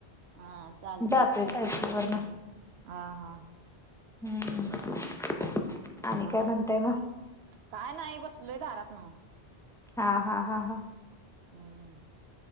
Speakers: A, on the right (about 70°); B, in the centre.
A: हा चालतंय
B: जातोय
A: की
B: सायकलवरन
A: हा हा
B: हम्म आणि
A: मग
B: काय म्हणताय
A: काय नाही बसलोय दारात नव्ह
B: हा हा हा हा
A: हम्